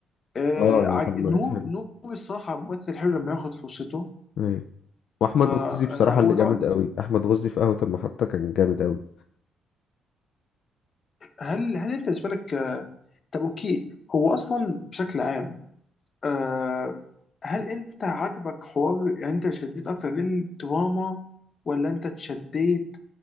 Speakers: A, on the left; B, on the left.
A: آه
B: اه
A: عج-
B: يعني اتعملت
A: نور
B: حلو
A: نور الصراحه ممثل حلو لما ياخد فرصته
B: ايوه واحمد
A: فانا
B: غزي بصراحة
A: وطبعا
B: اللي جامد قوي احمد غزي في قهوة المحطة كان جامد قوي
A: هل هل انت بالنسبه لك آه طب اوكي هو اصلا بشكل عام آه هل انت عاجبك حوار يعني انت شديت اكتر للدراما ولا انت اتشديت